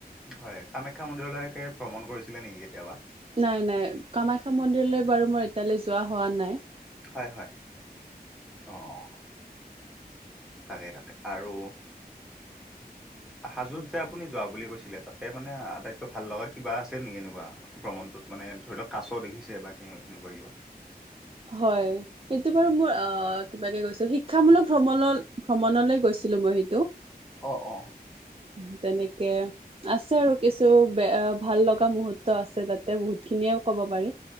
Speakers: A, in the centre; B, on the right.
A: হয়। কামাখ্যা মন্দিৰলেকে ভ্ৰমণ কৰিছিলে নেকি কেতিয়াবা?
B: নাই নাই কামাখ্যা মন্দিৰলৈ বাৰু মই এতিয়ালৈ যোৱা হোৱা নাই।
A: হয় হয় অঁ' তাকে তাকে আৰু- হাজোত যে আপুনি যোৱা বুলি কৈছিলে তাতে মানে আটাইতকৈ ভাল লগা কিবা আছে নেকি এনেকুৱা- ভ্ৰমণটোত মানে ধৰি লওক কাছ দেখিছে বা কেঁ এনেকুৱা কিবা?
B: হয়। এইটো বাৰু মোৰ অঁহ' কিবাকে গৈছিল শিক্ষামূলক ভ্ৰমলল ভ্ৰমণলে গৈছিলো মই সেইটো।
A: অঁ' অঁ'।
B: উমঁ' তেনেকে আছে আৰু কিছু বে ভাল লগা মুহুৰ্ত আছে, তাতে বহুত খিনিয়ে ক'ব পাৰি।